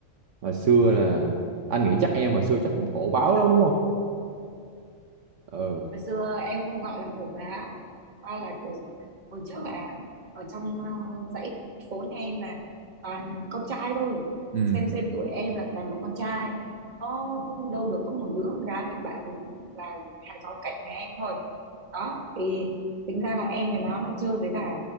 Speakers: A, on the right; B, on the right.
A: hồi xưa là anh nghĩ chắc em hồi xưa chắc cũng khổ báo lắm đúng không ừ
B: hồi xưa em không gọi là hổ báo coi là kiểu hồi trước là ở trong ờ, dãy phố nhà em là toàn con trai thôi
A: Ừ,
B: xem xem tuổi em là toàn bọn con trai có đâu được có một đứa con gái là bạn là hàng xóm cạnh nhà em thôi đó thì tính ra là em với nó là chơi với cả